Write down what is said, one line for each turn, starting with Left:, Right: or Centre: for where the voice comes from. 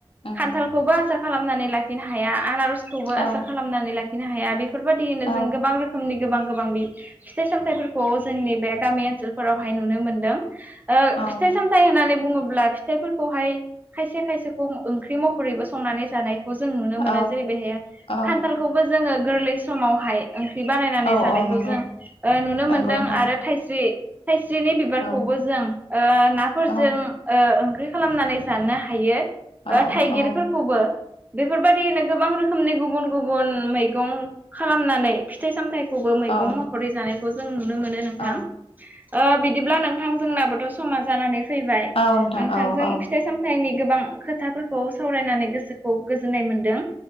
Left: उम
Right: खान्थालखौबो आसार खालामनानै लाखिनो हाया आनारजखौबो
Left: औ
Right: आसार खालामनानै लाखिनो हाया बेफोरबायदियैनो
Left: औ
Right: जों गोबां रो नि गोबां गोबां फिथाइ सामथथायफोरखौ जोंनि बे गामि ओनसोलफोरावहाय नुनो मोनदों ओ
Left: औ
Right: फिथाइ सामथाइ होननानै बुङोब्ला फिथाइफोरखौहाय खाय खायसे खायसेखौ ओंख्रि महरैबो संनानै जानायखौ जों नुनो
Left: औ
Right: मोनो जेरै बेहाय
Left: औ
Right: खान्थालखौबो जोङो गोरलै समावहाय ओ ख्रि बानायनानै
Left: औ
Right: जानायखौ
Left: औ नंगौ
Right: जों ओ नुनो
Left: नंगौ
Right: मोनदों
Left: नोंथां
Right: आरो थाइस्रि थाइ स्रिनि बिबारखौबो
Left: औ
Right: जों ओ नाफोरजों
Left: औ
Right: ओ ओंख्रि खालामनानै जानो हायो ओ
Left: औ
Right: थाइगिरफोरखौबो
Left: औ
Right: बेफोरबायदिनो गोबां रोखोमनि गुबुन गुबुन मैगं खालामनानै फिथाइ सामथाय खौबो मैगं
Left: औ
Right: महरै जानायखौ जों नुनो मोनो नोंथां
Left: औ
Right: ओ बिदिब्ला नोंथां जोंनाबोथ' समा जानानै फैबाय
Left: औ नोंथां
Right: नोंथांजों
Left: औ औ
Right: फिथाइ सामथाइनि गोबां खोथाफोरखौ सावरायनानै गोसोखौ गोजोननाय मोनदों